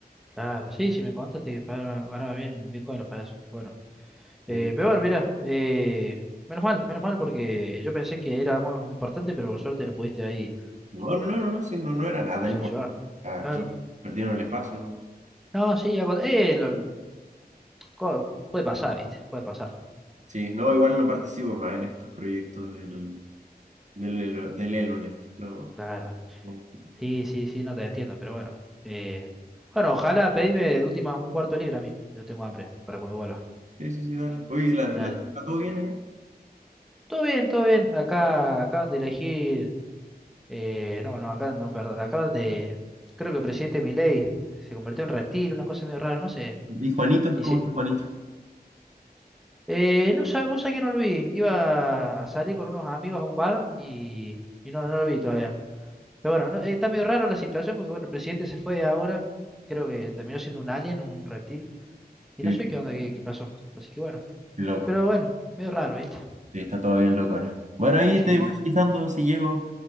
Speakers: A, in the centre; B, on the right (about 45°).
A: Claro, sí, si me contaste que pagaba- ganaba bien en Bitcoin los payasos. Pero bueno, Eh,
B: Bien.
A: pero bueno, mira, eh, menos mal, menos mal porque yo pensé que era más importante, pero por suerte lo pudiste ahí
B: No, no, no, no, no, sí, no, no era nada
A: solucionar.
B: importante. Aquí
A: Claro.
B: perdieron el espacio. ¿no?
A: No, sí, hago, eh, lo, co- puede pasar, ¿viste? Puede pasar.
B: Sí, no, igual no participo más en estos proyectos del, del, Elo- del Elon este. No.
A: Claro.
B: no. no.
A: Sí, sí, sí, no te entiendo, pero bueno. eh, bueno, ojalá pedime de última un cuarto de libra a mí. Yo tengo hambre para cuando vuelva.
B: Sí, sí, sí, dale. Oye, ¿la,
A: Dale.
B: la, está todo bien allá?
A: Todo bien, todo bien. Acá acaban de elegir. eh, no, no, acá no, perdón. Acaban de. Creo que el presidente Milei se convirtió en reptil, una cosa medio rara, no sé.
B: ¿Y Juanito?
A: Dice.
B: ¿Cómo está Juanito?
A: Eh, no, sa- vos sabés que no lo vi. Iba a salir con unos amigos a un bar y, y no, no lo vi todavía. Pero bueno, no, eh, está medio raro la situación porque bueno, el presidente se fue ahora. Creo que terminó siendo un alien, un reptil. Y
B: Qué,
A: no sé qué onda, qué, qué pasó. Así que bueno.
B: qué loco.
A: Pero bueno, medio raro, ¿viste?
B: Sí, está todo bien loco ahora. Bueno, ahí
A: Sí,
B: te voy
A: sí.
B: avisando si llego.